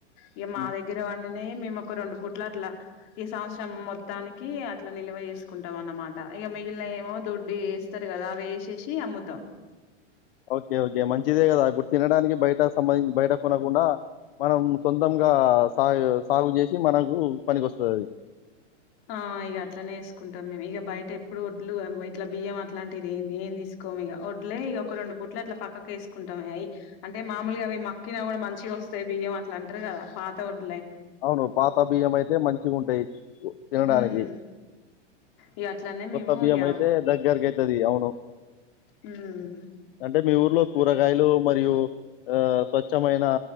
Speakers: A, on the left (about 35°); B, on the left (about 50°).
A: ఇగ మా
B: హ్మ్.
A: దగ్గర వాడిని నే మేమోక రెండు పూట్ల అట్లా ఈ సంవత్సరం మొత్తానికి అట్ల నిల్వ చేసుకుంటం అన్నమాట. ఇగ మిగిలినయేమో దొడ్డు ఇగ ఏస్తరు గదా, అవి ఏసేసి అమ్ముతం.
B: ఓకే ఓకే మంచిదే కదా, ఇప్పుడు తినడానికి బయట సంబంధించి బయట కొనకుండా మనం సొంతంగా సాగు సాగు చేసి మనకు పనికకొస్తది అది.
A: ఆ ఇగ అట్లనేేసుకుంటం మేము ఇగ. టె ఎప్పుడు వడ్లు ఇట్లా బియ్యం అట్లాంటిది ఎం ఏం తీసుకోము ఇగా, వడ్లే ఇగ ఒక రెండు పూట్ల అట్ల పక్కకు ఏస్ కుంటా అయి అంటే మామూలుగా అవి మక్కిన గుడా మంచిగా వస్తయి బియ్యం అట్ల అంటరు కదా, పాత వడ్
B: అవును పాత బియ్యం అయితే మంచిగుంటయి తినడానికి.
A: ఉమ్ ఇక అట్లానే
B: కొత్త
A: మేము
B: బియ్యం
A: ఇక
B: అయితే దగ్గరకి అయితది అవును.
A: హామ్
B: అంటే మీ ఊర్లో కూరగాయలు మరియు ఆ స్వచ్ఛమైన